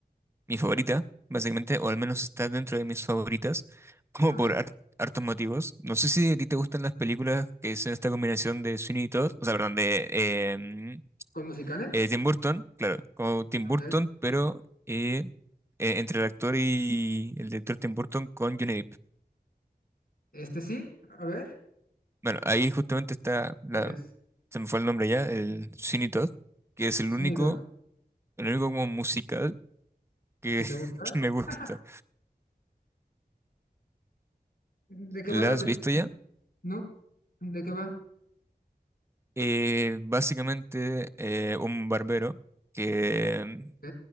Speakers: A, on the right; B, on the left.
A: mi favorita, básicamente, o al menos está dentro de mis favoritas, <laughs> como
B: A
A: por
B: ver,
A: har- hartos motivos. No sé si a ti te gustan las películas que es esta combinación de Sweeney y Todd, o sea, perdón, de em,
B: ¿con musicales?
A: eh, Tim Burton, claro, como Tim Burton,
B: Ok.
A: pero eh, eh, entre el actor y el director Tim Burton con Johnny Depp.
B: ¿Este sí? A ver,
A: Bueno, ahí justamente está, la,
B: ¿cuál es?
A: se me fue el nombre ya, el Sweeney Todd, que es el
B: Sonido,
A: único. el único como musical que,
B: ¿que te
A: <laughs>
B: gusta?
A: que me gusta.
B: <laughs> ¿De qué
A: ¿La
B: va la
A: has
B: película?
A: visto ya?
B: ¿No? ¿De qué va?
A: Eh, básicamente eh, un barbero que mm,
B: ¿Ok?